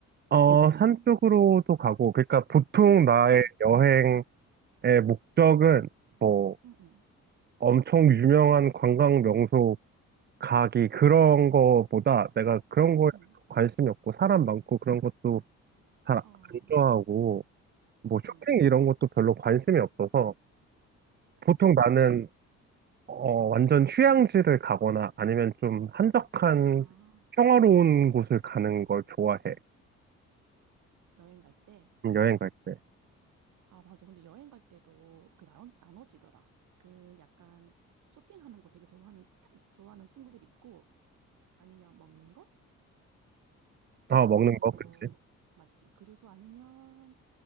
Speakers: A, on the right; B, on the right.
A: 어,
B: 왜냐면
A: 산 쪽으로도 가고 그러니까 보통 나의
B: 음,
A: 여행의 목적은 뭐
B: 음, 음,
A: 엄청 유명한 관광 명소 가기 그런 거보다 내가 그런 거에
B: 음, 음.
A: 관심이 없고 사람 많고 그런 것도 잘
B: 어.
A: 안 좋아하고 뭐
B: 음,
A: 쇼핑
B: 음.
A: 이런 것도 별로 관심이 없어서
B: 그치.
A: 보통 나는
B: 어.
A: 어, 완전 휴양지를 가거나 아니면 좀 한적한
B: 아,
A: 평화로운 곳을 가는 걸 좋아해.
B: 여행 갈 때?
A: 음, 여행 갈 때.
B: 아, 맞아. 근데 여행 갈 때도 그 나눠, 나눠지더라. 그 약간 쇼핑하는 거 되게 좋아하는, <clears throat> 좋아하는 친구들 있고, 아니면 먹는 거?
A: 아, 먹는
B: 그리고,
A: 거, 그치?
B: 맞지. 그리고 아니면